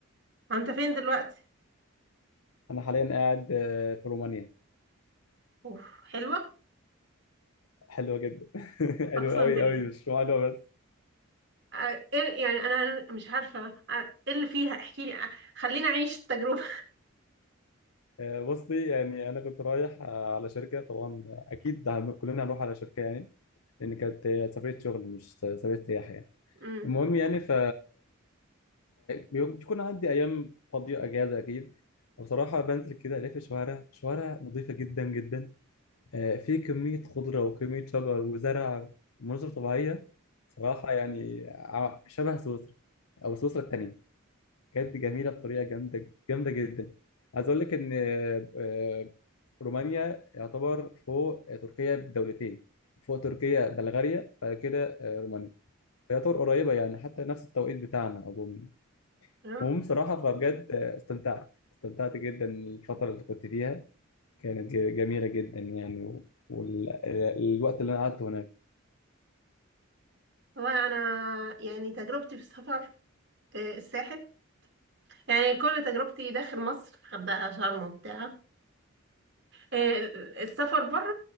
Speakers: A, on the right; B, on the left.
A: وانت فين دلوقتي
B: انا حاليا قاعد آه، في رومانيا
A: اوف حلوة
B: حلوه جدا <laughs> حلوه
A: اقسم
B: قوي
A: بالله
B: قوي مش رومانيا بس
A: آه، ايه يعني انا مش عارفة آه، ايه اللي فيها احكي لي آه، خليني اعيش التجربة
B: آه، بصي يعني انا كنت رايح آه، على شركه طبعا اكيد هن- كلنا هنروح على شركه يعني لان كانت آه، سفريه شغل مش سفريه سياحه يعني
A: <laughs> امم
B: المهم يعني ف بيكون عندي ايام فاضيه اجازه اكيد بصراحه بنزل كده الف الشوارع شوارع نظيفه جدا جدا آه، في كميه خضره وكميه شجر وزرع ومناظر طبيعيه صراحه يعني ع- شبه سويسرا او سويسرا التانيه بجد جميله بطريقه جامده جامده جدا عايز اقول لك ان آه، آه، رومانيا يعتبر فوق آه، تركيا بدولتين فوق تركيا بلغاريا بعد كده آه، رومانيا فيعتبر قريبه يعني حتى نفس التوقيت بتاعنا اظن
A: تمام.
B: المهم بصراحة فبجد استمتعت استمتعت جدا الفترة اللي كنت فيها كانت ج- جميلة جدا يعني والوقت اللي أنا قعدته هناك
A: والله انا يعني تجربتي في السفر آه، الساحل يعني كل تجربتي داخل مصر غردقة شرم وبتاع آه، السفر بره